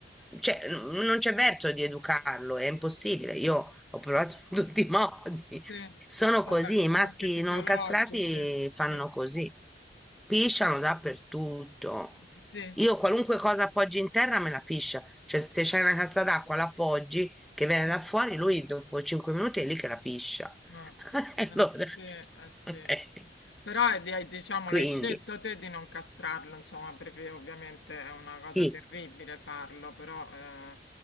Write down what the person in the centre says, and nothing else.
cioè, n- non c'è verso di educarlo, è impossibile. Io ho provato <laughs> in tutti i modi.
Sono
così,
i maschi
non castrati fanno
così. Pisciano dappertutto.
Io qualunque cosa appoggi in terra me la piscia. Cioè, se c'è una cassa d'acqua, la appoggi che viene
da fuori, lui dopo cinque minuti è lì che la piscia.
<laughs> Allora,
<laughs>
quindi,
sì,